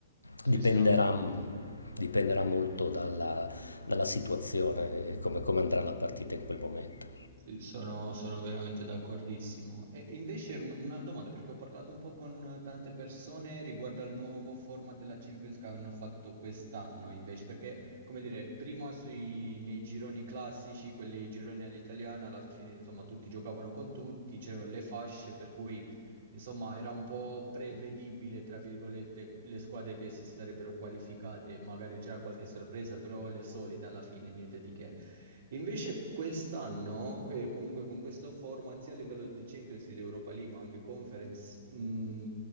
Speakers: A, on the right; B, on the left.
A: sì,
B: Dipenderà,
A: sì, no, ho
B: mm,
A: capito.
B: dipenderà molto dalla, dalla situazione, eh, come, come andrà la partita in quel momento.
A: Sì, sono, sono veramente d'accordissimo. E invece un- una domanda, perché ho parlato un po' con tante persone riguardo al nuovo format della Champions che hanno fatto quest'anno, invece, perché, come dire, prima sui- nei gironi classici, quelli gironi all'italiana, alla fine, insomma, tutti giocavano con tutti, c'erano le fasce, per cui, insomma, era un po' prevedibile, tra virgolette, le squadre che si sarebbero qualificate, magari c'era qualche sorpresa, però le solite alla fine, niente di che. Invece quest'anno, e comunque con questa format, sia a livello di Champions che di Europa League, ma anche Conference, mh,